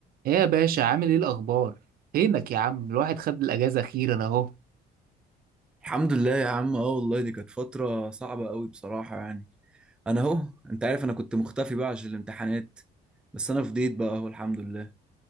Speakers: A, on the right; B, in the centre.
A: ايه يا باشا عامل ايه الاخبار فينك يا عم الواحد خد الاجازه اخيرا اهو
B: الحمد لله يا عم اه والله دي كانت فترة صعبة قوي بصراحة يعني انا اهو انت عارف انا كنت مختفي بقى عشان الامتحانات بس انا فضيت بقى اهو الحمد لله